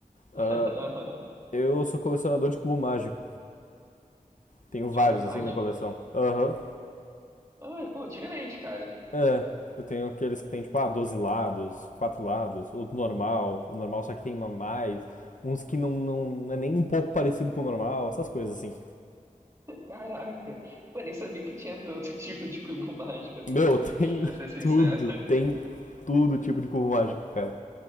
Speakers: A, on the right; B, on the left.
A: <laughs>
B: Ah, eu sou colecionador de cubo mágico. Tenho vários
A: De cubo mágico?
B: assim na coleção. Aham.
A: Ai, pô, diferente, cara.
B: É, eu tenho aqueles que tem, tipo, ah, 12 lados, 4 lados, o normal, o normal só que tem uma mais, uns que não, não é nem um pouco parecido com o normal, essas coisas assim.
A: Caraca, eu nem sabia que tinha tanto <laughs> tipo de cubo mágico assim,
B: Meu, <laughs> tem
A: pra ser sincero.
B: tudo, tem tudo tipo de cubo mágico, cara.